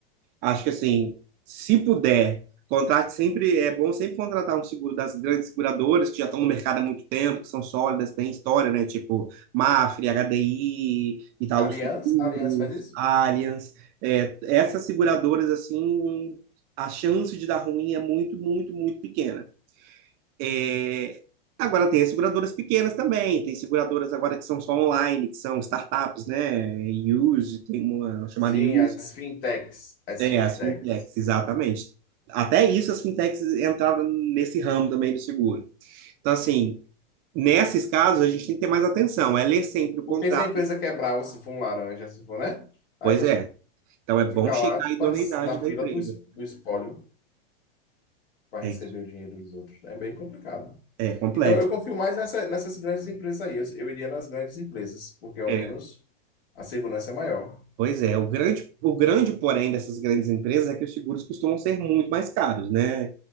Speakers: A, on the right (about 30°); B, on the left (about 70°).
A: Acho que assim, se puder, contrate sempre, é bom sempre contratar um seguro das grandes seguradoras que já estão no mercado há muito tempo, que são sólidas, têm história, né? Tipo Mafre, HDI, Itaú
B: Aliança?
A: Seguros,
B: Aliança faz isso?
A: Allianz. É, essas seguradoras, assim, a chance de dar ruim é muito, muito, muito pequena. É, Agora tem as seguradoras pequenas também, tem seguradoras agora que são só online, que são startups, né? Use, tem uma chamada
B: Sim,
A: Use,
B: as fintechs. As
A: é,
B: fintechs.
A: as fintechs, exatamente. Até isso, as fintechs entravam nesse ramo também do seguro. Então, assim, nesses casos, a gente tem que ter mais atenção, é ler sempre o
B: Porque
A: contrato.
B: se a empresa quebrar, ou se for um laranja, se for, né? Aí
A: Pois
B: você
A: é. Então, é bom
B: fica
A: checar
B: lá
A: a idoneidade
B: pra- na
A: da
B: fila
A: empresa.
B: do, es- do espólio para receber
A: É isso.
B: o dinheiro dos outros. É bem complicado.
A: É complexo.
B: Então, eu confio mais nessa- nessas grandes empresas aí. Eu, eu iria nas grandes empresas, porque ao
A: É.
B: menos a segurança é maior.
A: Pois é, o grande, o grande porém dessas grandes empresas é que os seguros costumam ser muito mais caros, né?